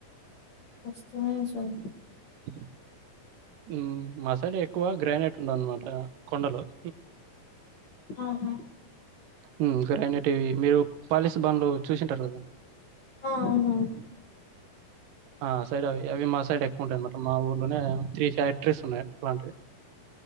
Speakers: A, on the left; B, on the right.
A: వస్తున్నాయ్ సార్?
B: బ్లాంక్ ఉ మసాలా ఎక్కువ గ్రానేట్ ఉండదన్నమాట కొండలో ఉ
A: ఆహా
B: ఉ ర అన్నిటివి మీరు పాలస భవన్లు చూసింటారు కదా
A: ఆ అవునువును
B: ఆ సైడ్ అ అవి మా సైడ్ ఎక్కువ ఉంటాయి అన్నమాట మా ఊర్లోనే త్రీ ఫ్యాక్ట అడ్రెస్ ఉన్నాయి అలాంటివి